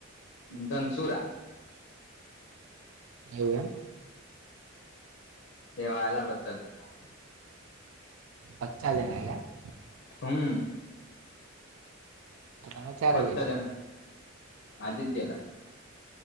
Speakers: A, on the left (about 65°); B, on the right (about 70°).
A: ઘનશૂરા.
B: એવું એમ
A: દેવા આએલા પચા જણ --
B: પચા જનેલે- -
A: હમ.
B: તો તમે ચાર
A: પચા
B: જ
A: જણા આજે જ ગેલા.